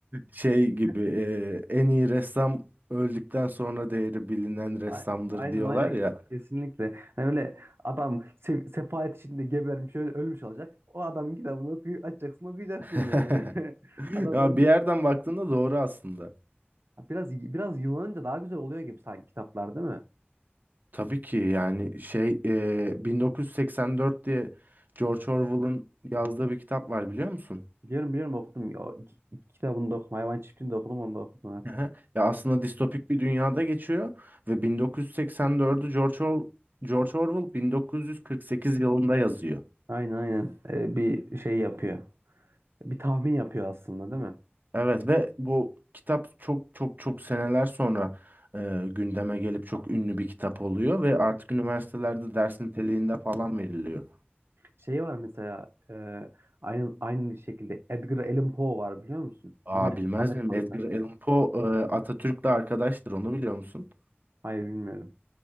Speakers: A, on the right; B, on the right.
A: Şey gibi
B: <laughs>
A: e, en iyi ressam öldükten sonra değeri bilinen ressamdır
B: A- Aynen
A: diyorlar
B: aynen
A: ya.
B: Ke- kesinlikle. Hani böyle adam se- sefalet içinde gebermiş öyle ölmüş olacak. O adamın kitabını okuy açacaksın okuyacaksın
A: <laughs>
B: yani. <laughs> Adam
A: Ya
B: ölmüş
A: bir yerden baktığında doğru aslında.
B: Ha, Biraz biraz yıllanınca daha güzel oluyor gibi sanki kitaplar değil mi?
A: Tabii ki yani şey e, 1984 diye George Orwell'ın
B: Evet.
A: yazdığı bir kitap var biliyor musun?
B: Biliyorum biliyorum okudum. O iki, iki kitabını da okudum. Hayvan Çiftliği'ni de okudum onu da okudum. Evet.
A: Ehe. Ya aslında distopik bir dünyada geçiyor ve 1984'ü George Or- George Orwell 1948 yılında yazıyor.
B: Aynen aynen. Ee, bir şey yapıyor. Bir tahmin yapıyor aslında değil mi?
A: Evet ve bu kitap çok çok çok seneler sonra e, gündeme gelip çok ünlü bir kitap oluyor ve artık üniversitelerde ders niteliğinde falan veriliyor.
B: Şey var mesela e, aynı aynı şekilde Edgar Allan Poe var biliyor musun?
A: Aa
B: Amerika
A: bilmez
B: Amerikalı
A: miyim? Edgar
B: yazar.
A: Allan Poe e, Atatürk'le arkadaştır. Onu biliyor musun?
B: Hayır bilmiyorum.